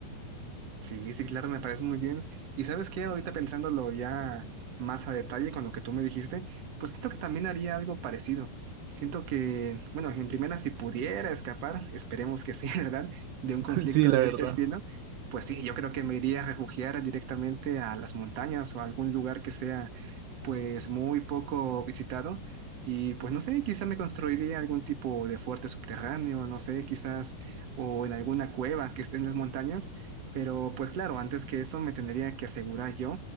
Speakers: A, on the right; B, on the right.
A: Sí, sí, claro, me parece muy bien. Y sabes qué, ahorita pensándolo ya más a detalle con lo que tú me dijiste, pues siento que también haría algo parecido. Siento que, bueno, en primera, si pudiera escapar, esperemos que sí, <laughs> ¿verdad? De un conflicto
B: <laughs> Sí, la
A: de
B: verdad.
A: este <laughs> estilo, pues sí, yo creo que me iría a refugiar directamente a las montañas o a algún lugar que sea pues muy poco visitado y pues no sé, quizá me construiría algún tipo de fuerte subterráneo, no sé, quizás o en alguna cueva que esté en las montañas, pero pues claro, antes que eso me tendría que asegurar yo